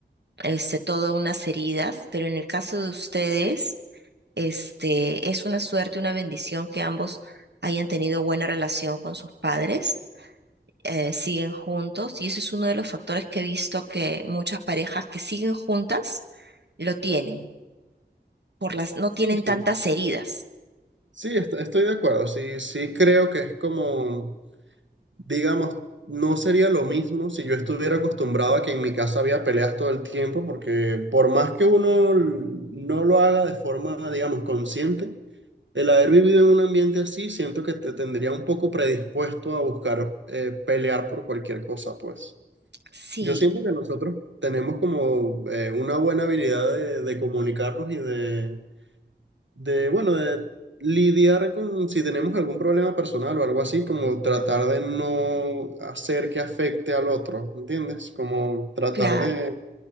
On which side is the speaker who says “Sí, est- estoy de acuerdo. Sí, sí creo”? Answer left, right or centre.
Right